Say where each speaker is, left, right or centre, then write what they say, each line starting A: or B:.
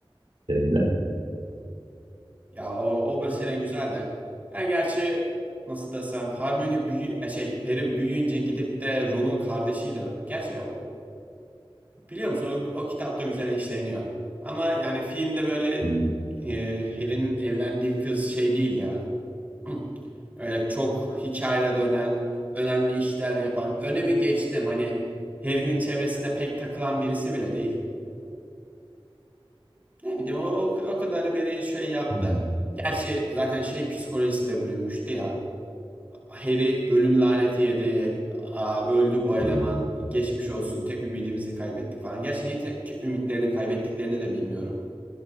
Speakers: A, on the right (about 75°); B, on the right (about 15°).
A: yani. birinde.
B: Ya o, o mesele güzel de. Ha gerçi nasıl desem Hermione büyü e, şey Harry büyüyünce gidip de Ron'un kardeşiyle gerçi Biliyor musun o, o kitapta güzel işleniyor. Ama yani filmde böyle
A: Hmm,
B: e, Harry'nin evlendiği kız şey değil ya. <clears throat> Öyle çok hikayeye dönen, önemli işler yapan. Önemi geçtim hani Harry'nin çevresinde pek takılan birisi bile değil. Ne bileyim o, o, o kadarı beni şey yaptı.
A: hmm,
B: Gerçi zaten şey psikolojisi de bürünmüştü ya. Harry ölüm laneti yedi. Aa, öldü bu
A: hmm.
B: eleman. Geçmiş olsun. Tek ümidimizi kaybettik falan. Gerçi niye tek ümitlerini kaybettiklerini de bilmiyorum.